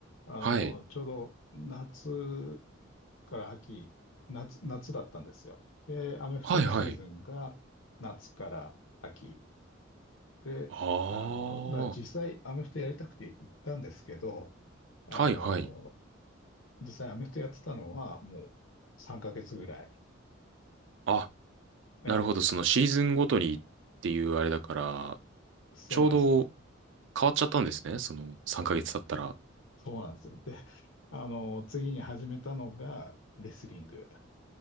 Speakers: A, on the left; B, on the right.
A: あの、
B: はい。
A: ちょうど夏から秋、夏、夏だったんですよ。で、アメフトのシーズンが夏から秋。
B: はいはい。
A: で、
B: ああ、
A: あの、だから実際アメフトやりたくて行ったんですけど、
B: は
A: あの、
B: いはい。
A: 実際アメフトやってたのはもう3ヶ月ぐらい。
B: あ、
A: ええ、
B: なるほど、そのシーズンごとにっていうあれだから、
A: そうなんですよ。
B: ちょうど変わっちゃったんですね、その3ヶ月経ったら。
A: そうなんですよ。で、あの、次に始めたのがレスリング。